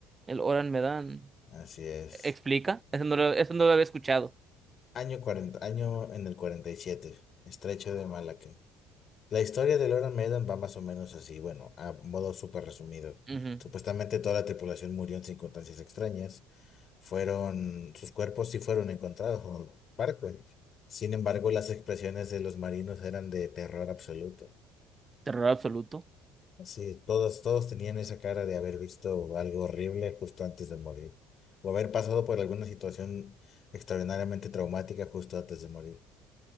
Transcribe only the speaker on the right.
El Oran Medan
explica. Eso no lo, eso no lo había escuchado.
Ujú.
Terror absoluto.